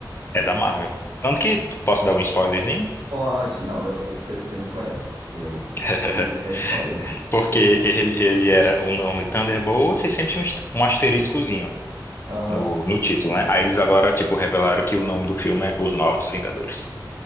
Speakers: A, on the left; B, on the right.
A: É da Marvel. Tanto que posso dar um spoilerzinho?
B: Pode, não, eu, esse- você me conhece. Eu
A: <laughs>
B: vou dar spoiler.
A: Porque ele, ele era o nome Thunderbolts e sempre tinha um est- um asteriscozinho
B: Aham.
A: no, no título, né? Aí eles agora, tipo, revelaram que o nome do filme é Os Novos Vingadores.